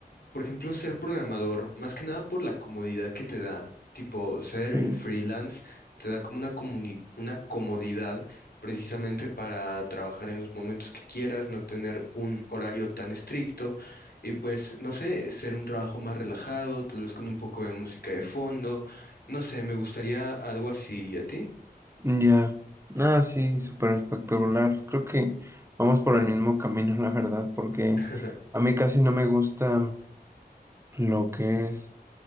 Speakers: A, on the left (about 75°); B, on the right (about 15°).
A: por ejemplo, ser programador, más que nada por la comodidad que te da. Tipo, ser
B: Sí.
A: un freelance te da como una comuni- una comodidad precisamente para trabajar en los momentos que quieras, no tener un horario tan estricto y pues, no sé, ser un trabajo más relajado, tal vez con un poco de música de fondo. No sé, me gustaría algo así. ¿Y a ti?
B: Mm, Ya, nada, sí, súper espectacular. Creo que vamos por el mismo camino, <laughs> la verdad, porque
A: <laughs>
B: a mí casi no me gusta lo que es